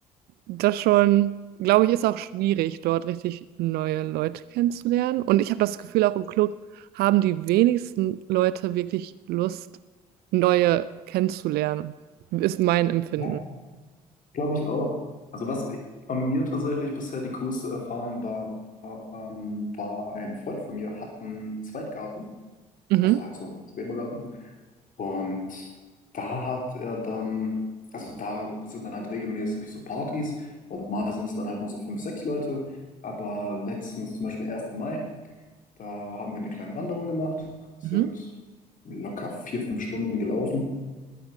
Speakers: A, on the right; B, on the left.
A: das schon, glaube ich, ist auch schwierig, dort richtig neue Leute kennenzulernen. Und ich habe das Gefühl, auch im Club haben die wenigsten Leute wirklich Lust, neue kennenzulernen. Ist mein Empfinden.
B: Ja, glaube ich auch. Also was von mir tatsächlich bisher die coolste Erfahrung war, ähm, war ein Freund von mir, hat einen Zweitgarten,
A: Mhm.
B: also halt so einen Schrebergarten. Und da hat er dann, also da sind dann halt regelmäßig so Partys und mal sind es dann halt nur so fünf, sechs Leute. Aber letztens zum Beispiel ersten Mai, da haben wir eine kleine Wanderung gemacht, sind
A: Mhm.
B: locker vier, fünf Stunden gelaufen.